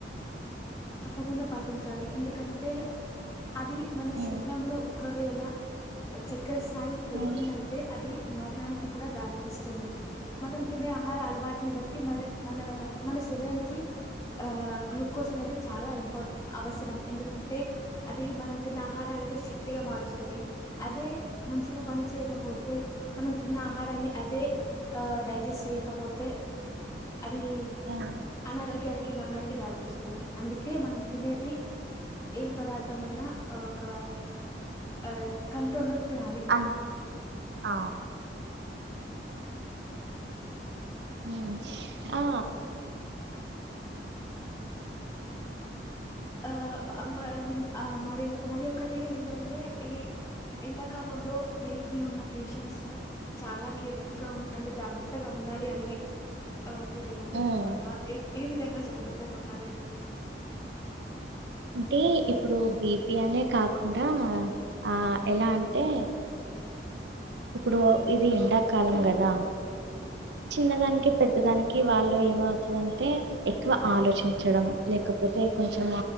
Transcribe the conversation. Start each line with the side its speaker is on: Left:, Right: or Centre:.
Left: తప్పకుండా పాటించాలి ఎందుకంటే అది మన
Right: ఉమ్,
Left: శరీరంలో ఒకవేళ చక్రస్థాయి పెరిగిందంటే
Right: ఉమ్,
Left: అది మరణానికి కూడా దారితీస్తుంది మనం తినే ఆహార అలవాటుని బట్టి మన మన రక్ మన శరీరానికి ఆ గ్లూకోస్ అనేది చాలా ఇంపార్ అవసరం ఎందుకంటే అది మనం తిన్న ఆహారాన్ని శక్తిగా మారుస్తది అదే మంచిగా పని చేయకపోతే మనం తిన్న ఆహారాన్ని అదే ఆ డైజెస్ట్ చేయకపోతే అది
Right: ఉమ్,
Left: అనారోగ్య మరణానికి దారి తీస్తుంది అందుకే మనం తినేది ఏ పదార్థ అయినా ఒక ఆ కంట్రోల్లో తినాలి
Right: అన్ ఆ
Left: తినాలి
Right: ఉమ్, ఆ
Left: ఆ <unintelligible> మరి మరి ఒకటి ఏంటంటే ఈ ఎండాకాలం లో బిపి ఉన్న పేషెంట్స్ చాలా కేర్ఫుల్ గా ఉ అంటే జాగ్రత్తగా ఉండాలి అని ఆ ఒకటి ఉంటదనమాట
Right: ఉమ్.
Left: ఏ ఏ విధంగా జాగ్రత్తగా ఉండాలి
Right: అంటే ఇప్పుడు బీపి అనే కాకుండా ఆ ఎలా అంటే ఇప్పుడు ఇది ఎండాకాలం గదా చిన్నదానికి పెద్ద దానికి వాళ్ళు ఏమవుతుందంటే ఎక్కువ ఆలోచించడం లేకపోతే కొంచెం